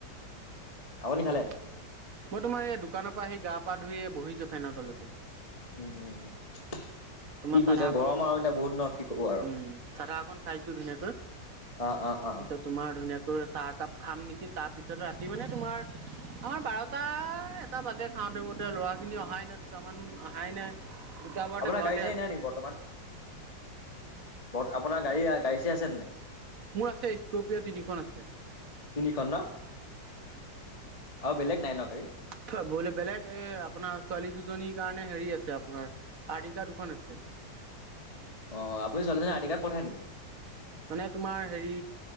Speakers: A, on the left; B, on the right.
A: আপুনি খালে?
B: মই তোমাৰ, এই দোকানৰ পৰা আহি, গা পা ধুই এই বহিছোঁ ফেনৰ তলতে।
A: উম! উম! উম!
B: তোমাৰ
A: কি কৰিছে
B: চাধা অকন,
A: গৰম আৰু এতিয়া বহুত ন কি ক'ব আৰু
B: উম চাধা অকন খাইছোঁ, ধুনীয়াকৈ। তাৰপিছত
A: অ', অ', অ',
B: তোমাৰ ধুনীয়াকৈ চাহ একাপ খাম নেকি তাৰপিছত ৰাতি মানে তোমাৰ আমাৰ বাৰটা এটা বাজে খাওঁতে মতে ল'ৰাখিনি অহাই নাই দুটামান অহাই নাই। তিতাবৰতে
A: আপোনাৰ
B: ঘৰত
A: গাড়ী নাই নেকি বৰ্তমান ব আপোনাৰ গাড়ী গাড়ী চাৰি আছে নে নাই
B: মোৰ আছে স্কপিয়া তিনিখন আছে
A: তিনিখন ন আৰু বেলেগ নাই ন গাড়ী?
B: ত বলে বেলেগ এ আপোনাৰ ছোৱালী দুজনীৰ কাৰণে হেৰি আছে আপোনাৰ আৰ্টিকা দুখন আছে
A: অ আপুনি ছোৱালীজনী আৰ্টিকাত পঠায় নেকি
B: মানে তোমাৰ হেৰি